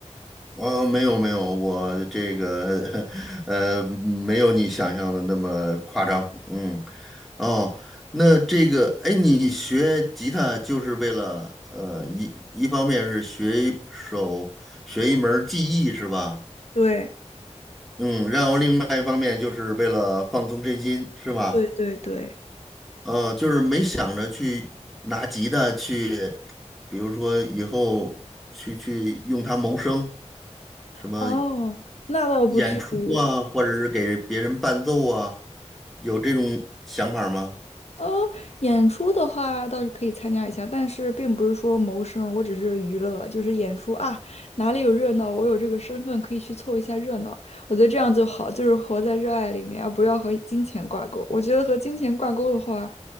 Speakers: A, in the centre; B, on the left.
A: 哦，没有没有，我这个 <laughs> 呃没有你想象的那么夸张，嗯，哦，那这个哎，你学吉他就是为了呃一一方面是学一手学一门儿技艺是吧？
B: 对
A: 嗯，然后另外一方面就是为了放松身心，是吧？
B: 对对对，
A: 嗯，就是没想着去拿吉他去，比如说以后去去用它谋生，什么
B: 哦，那倒不至于。
A: 演出啊，或者是给别人伴奏啊，有这种想法吗？
B: 呃，演出的话倒是可以参加一下，但是并不是说谋生，我只是娱乐，就是演出啊，哪里有热闹，我有这个身份可以去凑一下热闹。我觉得这样就好，就是活在热爱里面，而不要和金钱挂钩。我觉得和金钱挂钩的话，